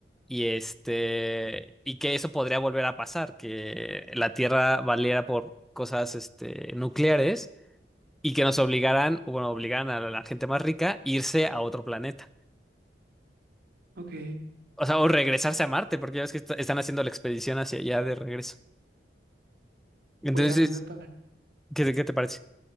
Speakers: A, in the centre; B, on the right.
A: y este y que eso podría volver a pasar, que la Tierra valiera por cosas este nucleares y que nos obligaran, o bueno, obligaran a la gente más rica a irse a otro planeta.
B: Ok,
A: O sea, o regresarse a Marte, porque ya ves que est- están haciendo la expedición hacia allá de regreso. Entonces,
B: pues a mí me parece.
A: ¿qué, qué te parece?